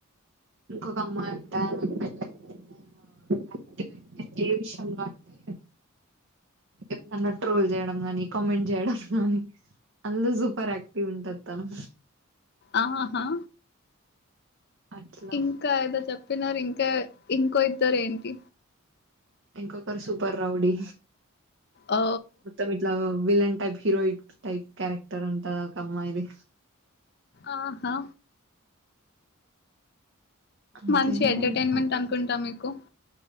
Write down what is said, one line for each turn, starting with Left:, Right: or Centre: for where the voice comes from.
Right: ఇంకొక అమ్మాయి ఉంటా ఆమెకి పెళ్లయిందా ఆ యక్టివే ఏ విషయంలో అంటే ఎవర్నన్న ట్రోల్ చేయడం గానీ కామెంట్ చేయడం గానీ అందులో సూపర్ ఆక్టివ్ ఉంటది తను
Left: ఆహా
Right: అట్లా
Left: ఇంకా ఏదో చెప్పినారు ఇంకా ఇంకో ఇద్దారు ఏంటి
Right: ఇంకొకరు సూపర్ రౌడీ
Left: ఓ
Right: మొత్తం ఇట్లా villain type heroine type character ఉంటది ఒక అమ్మాయిది
Left: ఆహా
Right: అంతే
Left: మంచి ఎంటర్టైన్మెంట్
Right: కదా.
Left: అనుకుంటా మీకు